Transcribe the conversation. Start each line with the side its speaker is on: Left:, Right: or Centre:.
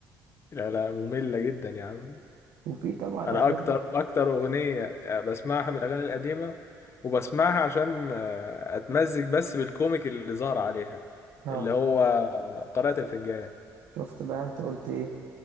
Left: لا لا مملة جدا يا عم
Right: وفي طبعا
Left: أنا
Right: أغاني
Left: أكتر أكتر أغنية بسمعها من الأغاني القديمة وبسمعها عشان آه، أتمزج بس بالكوميك اللي ظهر عليها
Right: اه
Left: اللي هو قارئة الفنجان
Right: شفت بقى أنت قلت إيه